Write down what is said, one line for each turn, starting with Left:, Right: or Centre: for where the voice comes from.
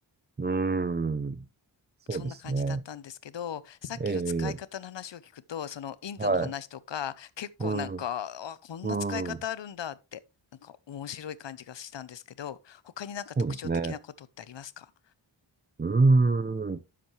Right: ーん。そうですね。
Left: そんな感じだったんですけど、さっきの使い方の話を聞くと、
Right: ええ、
Left: そのインドの話とか、
Right: はい。
Left: 結構なんか、
Right: うん、
Left: あ、こんな使い方あるんだって、
Right: うん。
Left: なんか面白い感じがしたんですけど、他になんか特徴的なことってありますか
Right: そうですね。うーん、